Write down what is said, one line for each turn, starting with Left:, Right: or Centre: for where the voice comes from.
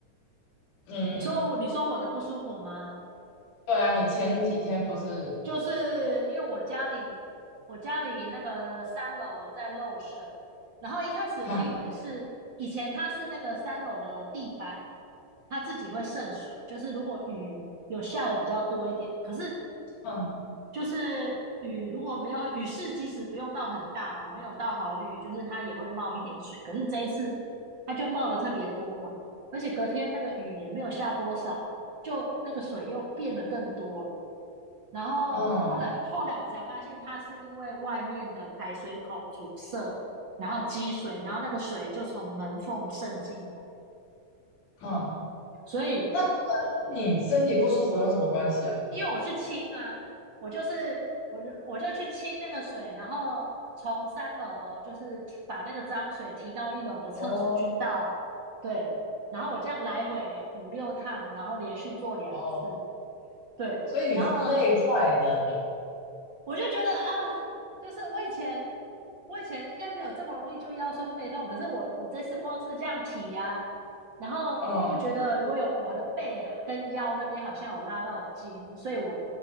Left: 嗯，
Right: 你说我你说我的不舒服吗？
Left: 对啊，你前几天不是，
Right: 就是因为我家里我家里那个三楼在漏水啊，然后一开始我以为是以前它是那个三楼的地板，
Left: <laughs> 哈，
Right: 它自己会渗水，就是如果雨有下的比较多一点，可是
Left: 嗯
Right: 就是雨如果没有雨势，即使不用到很大哦没有到好雨，就是它也会冒一点水，可是这一次它就冒的特别多嘛，而且隔天那个雨也没有下多少，就那个水又变得更多了。然后后来后来我才发现，
Left: 嗯
Right: 它是因为外面的排水孔阻塞，然后积水，然后那个水就从门缝渗进来。
Left: 嗯，
Right: 所以
Left: 那。你身体不舒服有什么关系啊？
Right: 因为我去清啊，我就是我就我就去清那个水，然后从三楼就是提把那个脏水提到一楼的厕所去倒，
Left: 哦
Right: 对，然后我这样来回五六趟，然后连续做两次，
Left: 哦，
Right: 对，
Left: 所以你是累坏了嘛？
Right: 然后我就觉得啊，就是我以前我以前应该没有这么容易就腰酸背痛，可是我我这次光是这样提呀、啊然后就觉得我有我的背跟腰那边好像有拉到筋，
Left: 嗯，
Right: 所以我